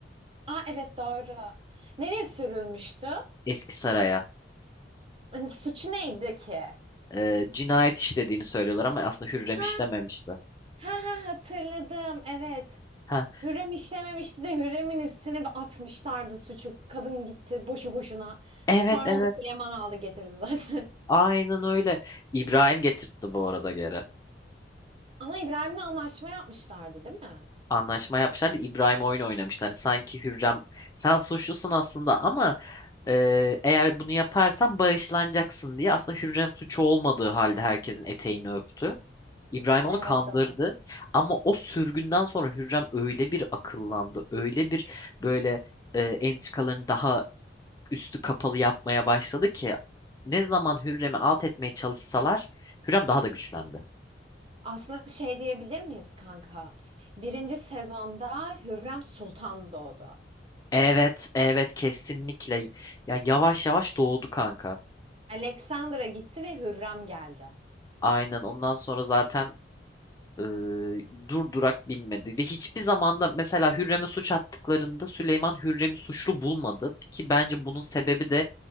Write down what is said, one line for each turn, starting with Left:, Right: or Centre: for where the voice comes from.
Right: Aa evet doğru. Nereye sürülmüştü?
Left: eski saraya.
Right: Hani suçu neydi ki?
Left: Ee, cinayet işlediğini söylüyorlar ama aslında Hürrem
Right: Ha,
Left: işlememişti.
Right: ha, ha hatırladım. Evet.
Left: Ha,
Right: Hürrem işlememişti de Hürrem'in üstüne bir atmışlardı suçu. Kadın gitti boşu boşuna.
Left: evet
Right: Sonra
Left: evet.
Right: onu da Süleyman aldı getirdi zaten. <laughs>
Left: Aynen öyle. İbrahim getirtti bu arada geri.
Right: Ama İbrahim'le anlaşma yapmışlardı değil mi?
Left: Anlaşma yapmışlardı. İbrahim oyun oynamıştı. Hani sanki Hürrem sen suçlusun aslında ama e, eğer bunu yaparsan bağışlanacaksın diye aslında Hürrem suçu olmadığı halde herkesin eteğini öptü. İbrahim onu
Right: Evet
Left: kandırdı.
Right: doğru.
Left: Ama o sürgünden sonra Hürrem öyle bir akıllandı. Öyle bir böyle e, entrikalarını daha üstü kapalı yapmaya başladı ki ne zaman Hürrem'i alt etmeye çalışsalar Hürrem daha da güçlendi.
Right: Aslında şey diyebilir miyiz kanka? Birinci sezonda Hürrem Sultan doğdu.
Left: Evet, evet kesinlikle. Ya yavaş yavaş doğdu kanka.
Right: Alexandra gitti ve Hürrem geldi.
Left: Aynen ondan sonra zaten e, dur durak bilmedi. Ve hiçbir zamanda mesela Hürrem'e suç attıklarında Süleyman Hürrem'i suçlu bulmadı. Ki bence bunun sebebi de